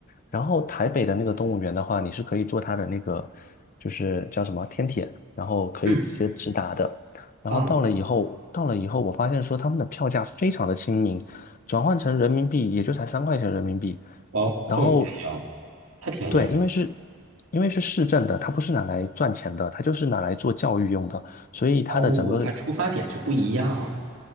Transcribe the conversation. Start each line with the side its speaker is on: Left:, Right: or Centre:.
Left: 然后台北的那个动物园的话，你是可以坐它的那个就是叫什么天铁，然后可以直接直达的。
Right: 嗯
Left: 然后到了以后，
Right: 啊，
Left: 到了以后，我发现说他们的票价非常的亲民，转换成人民币也就才三块钱人民币。
Right: 哦，
Left: 然后
Right: 这么便宜哦，太便宜了吧
Left: 对，因为是，因为是市政的，它不是拿来赚钱的，它就是拿来做教育用的，所以它的整个，
Right: 哦，它出发点是不一样。